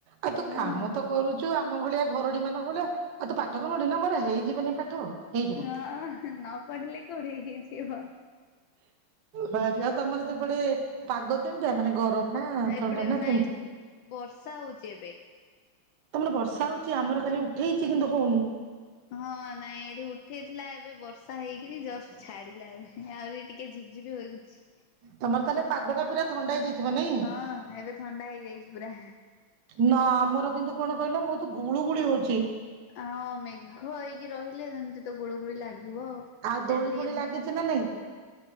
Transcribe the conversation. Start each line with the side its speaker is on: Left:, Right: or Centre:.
Right: ଆଉ ତୁ
Left: ହଁ
Right: କାମ ତ କରୁଚୁ ଆ ମ ଭଳିଆ ଘରଣୀ ମାନଙ୍କ ଭଳିଆ ଆଉ ତୁ ପାଠ କଣ ପଢ଼ିବୁ ନା ମୋର ହେଇଯିବନି ପାଠ। ହେଇଯିବ
Left: ହଁ ନ ପଢିଲେ କୋଉଠି ହେଇଯିବ?
Right: ଭାରି ଆଉ ତମର ସେପଟେ ପାଗ କେମିତିଆ ମାନେ ଗରମ ନା
Left: ଏପଟେ
Right: ଥଣ୍ଡା ନା
Left: ନାଇଁ
Right: କେମିତି?
Left: ବର୍ଷା ହଉଚି ଏବେ।
Right: ତମର ବର୍ଷା ହଉଚି ଆମର ଖାଲି ଉଠେଇଚି କିନ୍ତୁ ହଉନି।
Left: ହଁ ନାଇଁ ଏଠି ଉଠେଇଥିଲା ଏବେ ବର୍ଷା ହେଇକିରି ଜଷ୍ଟ୍ ଛାଡିଲା। ଆହୁରି ଟିକେ ଝିପଝିପ୍ ହୋଇଗୁଚି।
Right: ତମର ତାହଲେ ପାଗଟା ପୁରାଥଣ୍ଡା ହେଇଯାଇଥିବ? ନାଇଁ?
Left: ହଁ ଏବେ ଥଣ୍ଡା ହେଇଯାଇଚି ପୁରା।
Right: ନା ଆମର କିନ୍ତୁ କଣ କହିଲ ବହୁତୁ ଗୁଳୁଗୁଳି ହଉଚି।
Left: ଆଉ ମେଘ ହେଇକି ରହିଲେ ସେମିତି ତ ଗୁଳୁଗୁଳି ଲାଗିବ ଆଉ।
Right: ଆଉ
Left: ଏଠି
Right: ଦୋଳି
Left: ଟିକେ
Right: ଫୋଳି ଲାଗିଚି ନା ନାଇଁ?